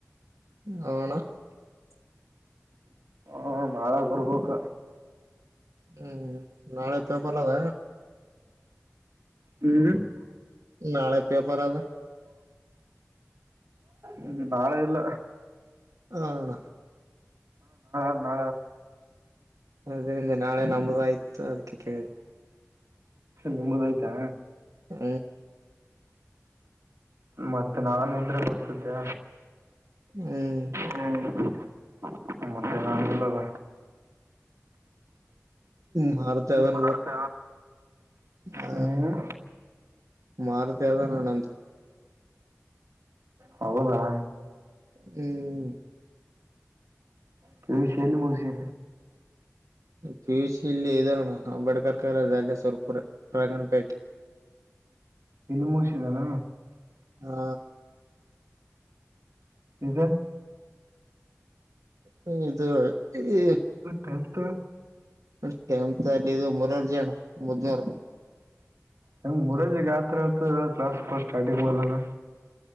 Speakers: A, on the right (about 80°); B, on the right (about 55°).
A: ಹಣ <unintelligible>
B: ಹ್ಮ ನಾಳೆ ಬರ್ಬೇಕು
A: ಹ್ಮ್್ಮ ನಾಳೆ ಪೇಪರ್ಲ್ಲದ
B: ಹ್ಮ್
A: ನಾಳೆ ಪೇಪರ್ ಅದ
B: ಹ್ಮ ನಾಳೆ ಎಲ್ಲ
A: ಹ ಅಣ್ಣ
B: ನ
A: ಅದೇ ಅಂದೆ ನಾಳೆ ನಮದಾಯಯ್ತು ಅದಕ್ಕೆ ಕೇಳಿದೆ
B: ನಿಮದು ಆಯ್ತಾ
A: ಹ
B: ಮತ್ತೆ ನಾ ಇದ್ರೆ ಬರ್ತಿದ್ದೆ
A: ಹ್ಮ್
B: ಹ್ಮ ಮತ್ತೆ ನಲ್ಲವಾ
A: ಮಾರ ಚದಾನ
B: ಮಾಡ್ತಾ
A: ಬ ಹಾ
B: ಹ್ಮ್
A: ಮಾರುತದ ನ ನಂದ
B: ಹೌದಾ
A: ಹ್ಮ್
B: ಪ್ರ ವಿ ಶೆಯಲ್ಲಿ ಮೋಸಿ
A: ಪಿ ಯು ಸಿ ಇಲ್ಲಿ ಇದ್ದಾರಣ ಅಂಬೇಡ್ಕರ್ ಕಾಲೇಜ ಅಲ್ಲೇ ಸುರ್ಪುರ ರಂಗನ್ಪೇಟೆ
B: ಇನ್ನು ಮುೋಷಿದಾನ
A: ಹಾ
B: ಇಗ
A: ಹ್ಮ ಇದು ಈ
B: ಟೆಂತ್
A: ಅಷ್ಟೆ ಅಂತ ಅಲ್ಲಿ ಇದು ಮೂರಾರ್ಜಂ ಮಜಾರ
B: ಹೆಂಗ್ ಮುರಜಿಿಗೆ ಯತ್ರ ಹಳ್ತ ಕ್ಲಾಸ್ ಸ್ಟಾರ್ಟಿಂಗ್ಲ್ಲ